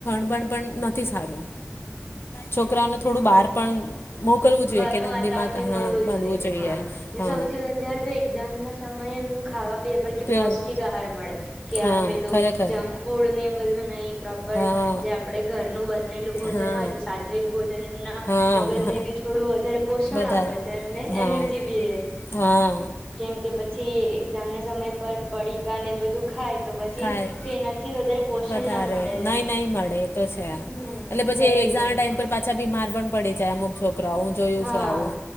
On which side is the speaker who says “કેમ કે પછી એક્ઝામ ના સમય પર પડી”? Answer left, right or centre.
Left